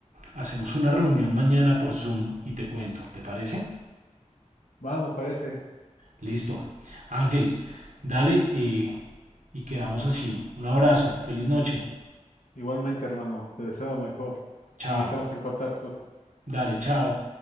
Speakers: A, on the right; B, on the left.
A: hacemos una reunión mañana por Zoom y te cuento, ¿te parece?
B: Va, me parece.
A: Listo. Ángel, dale eh, y quedamos así. Un abrazo, feliz noche.
B: Igualmente, hermano. Te deseo lo mejor.
A: Chao.
B: Y estamos en contacto.
A: Dale, chao.